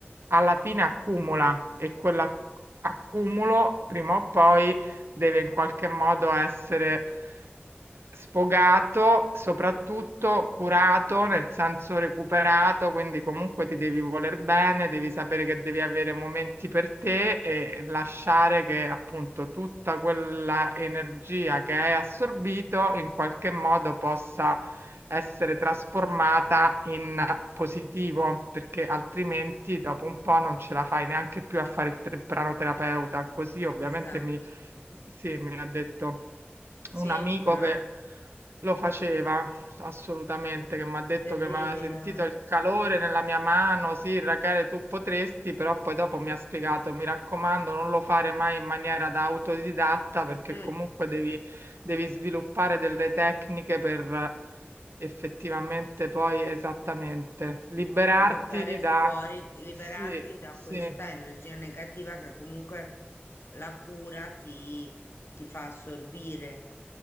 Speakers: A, on the right (about 75°); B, on the left (about 80°).
A: alla fine accumula e quell'accumulo prima o poi deve in qualche modo essere sfogato, soprattutto curato, nel senso recuperato, quindi comunque ti devi voler bene, devi sapere che devi avere momenti per te e lasciare che appunto tutta quella energia che hai assorbito in qualche modo possa essere trasformata in positivo, perché altrimenti dopo un po' non ce la fai neanche più a fare il te- pranoterapeuta. Così ovviamente
B: Esatto.
A: mi sì, mi ha detto
B: Sì,
A: un amico
B: no,
A: che lo faceva assolutamente, che mi ha detto
B: terribile.
A: che mi aveva sentito il calore nella mia mano, sì, Rachele, tu potresti, però poi dopo mi ha spiegato, mi raccomando, non lo fare mai in maniera da autodidatta perché
B: Mm,
A: comunque devi, devi sviluppare delle tecniche per effettivamente poi esattamente liberarti
B: buttare fuori,
A: da...
B: liberarti
A: Sì,
B: da
A: sì,
B: questa energia negativa che comunque la cura ti, ti fa assorbire.